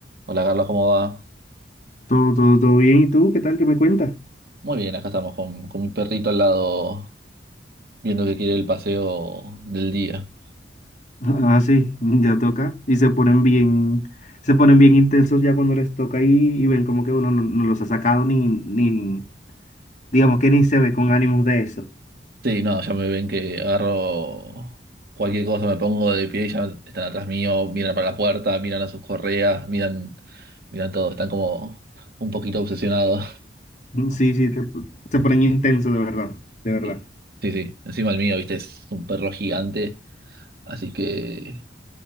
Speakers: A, on the right (about 55°); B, on the left (about 40°).
A: Hola Carlos, ¿cómo va?
B: Todo, todo, todo bien. ¿Y tú qué tal? ¿Qué me cuentas? <laughs>
A: Muy bien, acá estamos con, con mi perrito al lado, viendo que quiere el paseo del día.
B: Ah, sí, ya toca. Y se ponen bien, se ponen bien intensos ya cuando les toca y, y ven como que uno no, no los ha sacado ni, ni, digamos que ni se ve con ánimos de eso. <laughs>
A: Sí, no, ya me ven que agarro cualquier cosa, me pongo de pie y ya están atrás mío, miran para la puerta, miran a sus correas, miran, miran todo, están como un poquito obsesionados.
B: Mm, Sí, sí, te- se ponen intensos de verdad, de verdad.
A: Sí, sí, sí. Encima el mío, viste, es un perro gigante, así que